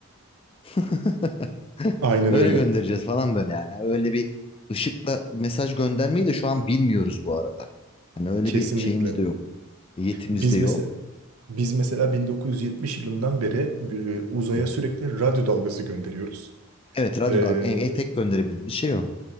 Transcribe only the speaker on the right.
aynen
öyle.
Kesinlikle.
Biz
mesela
biz mesela 1970 yılından beri bir- uzaya
sürekli radyo dalgası gönderiyoruz.
Ee,